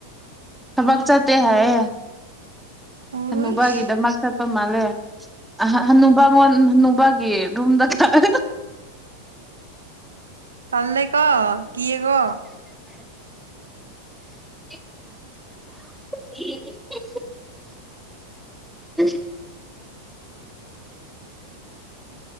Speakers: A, in the centre; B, on the right.
A: ꯊꯕꯛ ꯆꯠꯇꯦ ꯍꯥꯏꯌꯦ
B: ꯎꯏꯁ
A: ꯍꯅꯨꯕꯒꯤꯗꯃꯛꯇ ꯄ ꯃꯥꯜꯂꯦ ꯍꯅꯨꯕꯥ ꯃꯣꯟ ꯍꯅꯨꯕꯥꯒꯤ ꯔꯨꯝꯗ ꯆꯠꯂ
B: ꯇꯟꯂꯦꯀꯣ ꯀꯤꯌꯦꯀꯣ
A: <inaudible> ꯎꯝ